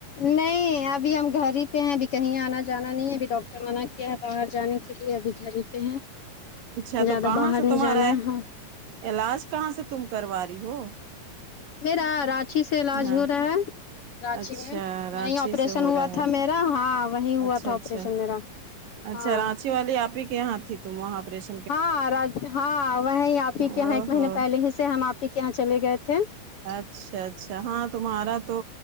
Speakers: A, on the left; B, on the right.
A: نہیں ابھی ہم گھر ہی پہ ہیں ابھی کہیں آنا جانا نہیں ہے ابھی ڈاکٹر منع کیا ہے باہر جانے کے لیے ابھی گھر ہی پہ ہیں
B: اچھا
A: زیادہ
B: تو کہاں
A: باہر
B: سے
A: نہیں
B: تمہارا
A: جانا ہے ہاں
B: علاج کہاں سے تم کروا رہی ہو
A: میرا رانچی سے علاج
B: ہاں
A: ہو رہا ہے رانچی
B: اچھا
A: میں
B: رانچی
A: وہیں آپریشن
B: سے ہو
A: ہوا
B: رہا
A: تھا
B: ہے
A: میرا ہاں وہیں ہوا
B: اچھا
A: تھا
B: اچھا
A: آپریشن میرا
B: اچھا
A: ہاں
B: رانچی والی آپ ہی کہ یہاں تھی تم وہاں آپریش
A: ہاں را ہاں وہیں
B: او
A: آپ ہی کے یہاں ایک مہینے
B: ہو
A: پہلے ہی سے ہم آپی کے یہاں چلے گئے تھے
B: اچھا اچھا ہاں تمہارا تو